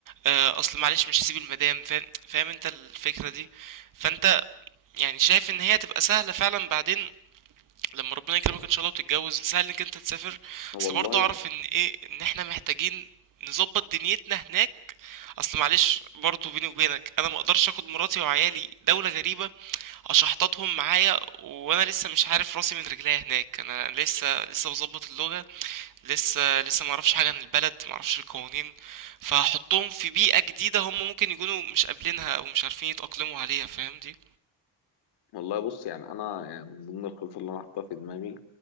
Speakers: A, on the right; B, on the left.
A: آه، اصل معلش مش هسيب المدام فاهم فاهم انت الفكرة دي فانت يعني شايف ان هي تبقى سهلة فعلا بعدين لما ربنا يكرمك ان شاء الله وتتجوز سهل انك انت تسافر
B: والله
A: اصل برضه اعرف ان ايه ان احنا محتاجين نظبط دنيتنا هناك اصل معلش برضه بيني وبينك انا ما اقدرش اخد مراتي وعيالي دولة غريبة اشحططهم معايا وانا لسه مش عارف راسي من رجليا هناك انا لسه لسه بظبط اللغة لسه لسه معرفش حاجة عن البلد معرفش القوانين فهحطهم في بيئة جديدة هم ممكن يكونوا مش قابلينها او مش عارفين يتأقلموا عليها فاهم دي
B: والله بص يعني انا يعني من ضمن الخطط اللي انا حاطها في دماغي